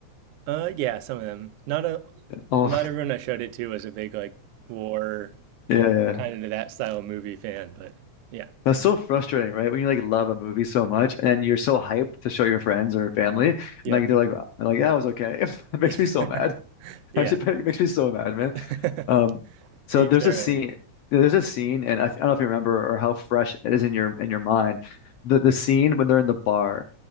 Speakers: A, on the right; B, on the left.
A: Uh, yeah, some of them. Not a,
B: Oh,
A: not everyone I showed it to was a big like war
B: <laughs> yeah, yeah.
A: kind of that style of movie fan, but yeah,
B: That's so frustrating, right? When you like love a movie so much and you're so hyped to show your friends or family, and
A: yep,
B: like they're like, like that was okay. <laughs> It makes
A: <laughs>
B: me so mad.
A: yeah.
B: Actually, <laughs> it makes me so mad, man.
A: <laughs>
B: Um, so
A: To each
B: there's
A: their
B: a scene,
A: own.
B: there's a scene, and I, I don't know if you remember or how fresh it is in your in your mind. The the scene when they're in the bar,